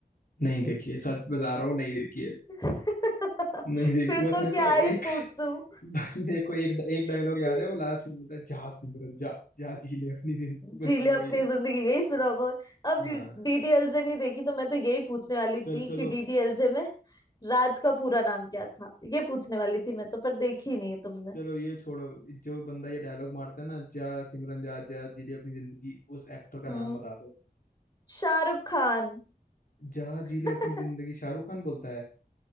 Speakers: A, on the left; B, on the left.
A: नहीं देखिए सच बता रहा हूँ नहीं देखिए
B: <laughs>
A: नहीं देखिए
B: फिर
A: बस
B: तो
A: मेरे
B: क्या
A: को
B: ही
A: एक
B: पूछूं
A: <laughs> मेरे को एक एक डायलॉग
B: <laughs>
A: याद है वो लास्ट में बोलता है जा सिमरन जा जा जी ले अपनी जिंदगी
B: जी
A: बस
B: ले
A: वही
B: अपनी
A: याद
B: जिंदगी यही सुना होगा अब
A: हाँ
B: डीडीएलजे नहीं देखी तो मैं तो यही पूछने वाली
A: चल
B: थी
A: चलो
B: कि डीडीएलजे में राज का पूरा नाम क्या था ये पूछने वाली थी मैं तो पर देखी नहीं है तुमने
A: चलो ये छोड़ो जो बंदा ये डायलॉग मारता है ना जा सिमरन जा जा जी ले अपनी जिंदगी उस एक्टर का
B: हम्म
A: नाम बता दो
B: शाहरुख खान
A: जा जी
B: <laughs>
A: ले अपनी जिंदगी शाहरुख खान बोलता है